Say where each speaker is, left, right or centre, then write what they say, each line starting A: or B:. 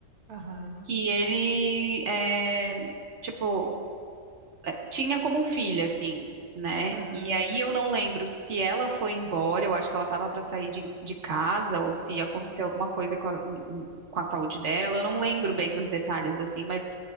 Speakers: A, on the right; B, on the right.
A: aham,
B: que ele é, tipo é, tinha como filha assim, né?
A: aham,
B: E aí eu não lembro se ela foi embora, eu acho que ela tava para sair de, de casa ou se aconteceu
A: aham,
B: alguma coisa com a, hum, hum, com a saúde dela. Eu não lembro bem
A: aham.
B: dos detalhes assim, mas o